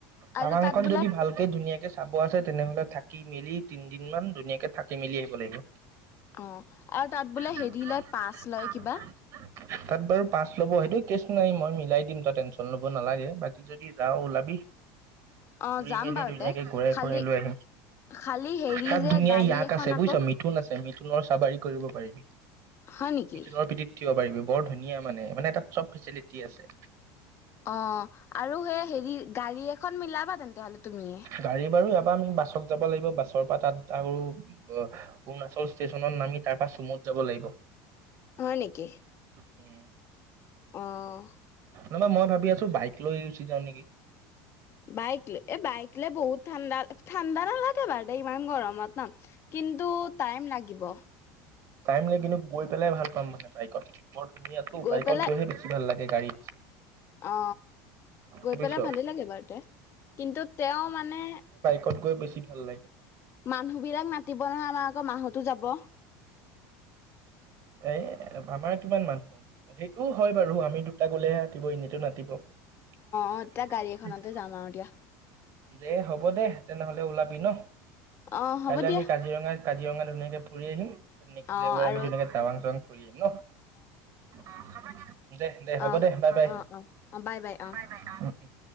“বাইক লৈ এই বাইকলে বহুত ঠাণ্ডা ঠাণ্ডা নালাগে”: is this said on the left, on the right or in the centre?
Left